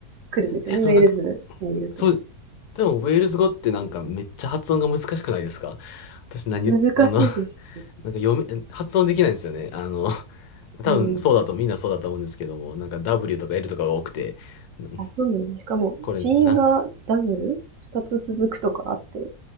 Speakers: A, on the right; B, on the left.
A: くるんですよね、
B: えっと、
A: ウェールズにいると。
B: なんか、そう、でも、ウェールズ語ってなんかめっちゃ発音が難しくないですか私何言、
A: 難しいです。
B: あの、<laughs> なんか読め、発音できないんですよね。あの、多分そうだと、
A: うん。
B: みんなそうだと思うんですけども、なんか W とか L とかが多くて、な
A: あ、そうなんです。しかも、
B: これ、
A: 死因がダブル二つ続くとかあって、
B: なん、